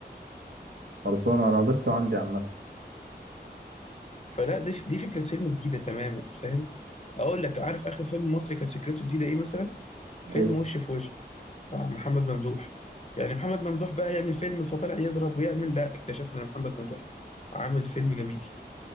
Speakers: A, on the right; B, on the left.
A: خلصانه انا ضفته عندي عامه
B: فلا دي دي فكره فيلم جديده تماما فاهم اقول لك عارف اخر فيلم مصري كانت فكرته جديده ايه مثلا فيلم
A: ايه
B: وش في وش بتاع محمد ممدوح يعني محمد ممدوح بقى يعمل فيلم فطلع يضرب ويعمل لا اكتشفنا ان محمد ممدوح عامل فيلم جميل